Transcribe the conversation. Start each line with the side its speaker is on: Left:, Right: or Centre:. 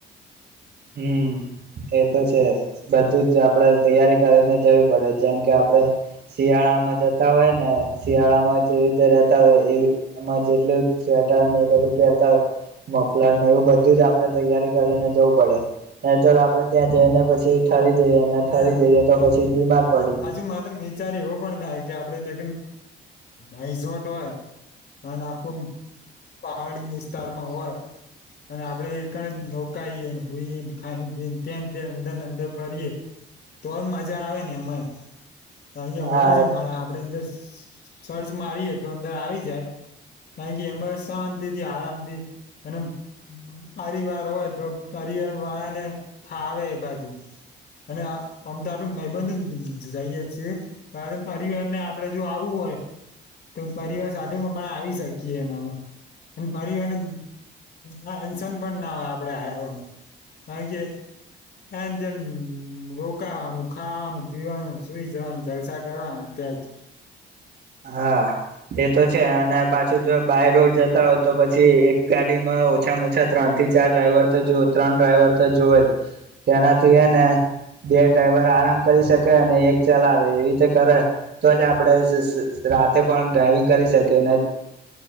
Right: હમ એતો છે, બધુંજ આપડે તૈયારી કરીને જવી પડે જેમ, કે આપડે શિયાળામાં જતા હોય ને શિયાળામાં જેવી રીતે રતા હોય, એમાં જેટલું સ્વેટર ને એ બધું પહેરતા હોય મફલર ને એવું બધુંજ આપણે તૈયારી કરીને જવું પડે. એ, તો આપડે ત્યાં જઈને પછી ઠરી જઈએ
Left: અને
Right: ઠરી જઈએ તો પછી બીમાર પડીએ
Left: પાછું, મારે તો વિચાર એવો પણ થાય, કે આપડે. રિસોર્ટ હોય, અને આખું પહાડી વિસ્તારમાં હોય, અને આપડે નોકાઈએઈ ખ ત્યાં, ત્યાં અંદર ને અંદર ફરીએ. તોય મજા આવે ને એમાંય. અયા
Right: હા
Left: હોય છે, ઘણા આપડે અર. સર્ચ મારીએે, તો અંદર આવી જાય કારણ કે એમાં શાંતિથી આરામથી અને અરિવાર હોય, તો હરિવાર વાને થાવ એ બાજુ. અને અમ તો આપડે નબંધ જઈએ છીએ, પરિવાર ને આપડે જો આવવું હોય, તો પરિવાર સાથે આવી શકીએ એનામાં. <unintelligible> અને. હ એન્શન પણના હોય, આપડે આ હોય, કારણ કે એ. રોકાવાનું ખાવાનું, પીવાનું સુઈ જવાનું જલસા કરવાનું અત્યાં જ.
Right: હા એ તો છે, અને પાછું જો બાય રોડ જતા હોય, તો પછી એક ગાડીમાં ઓછામાં ઓછા ત્રણ થી, ચાર ડ્રાઈવર તો જો ત્રણ ડ્રાઈવર, તો જોુવે જ. તેનાથી
Left: જ રોજ
Right: એ ને. બે ડ્રાઈવર આરામ કરી શકે અને એક ચલાવે એવી રીતે, કરે તો જ આપડે સ સ. રાતે પણ ડ્રાઈવિંગ કરી, શકે નને.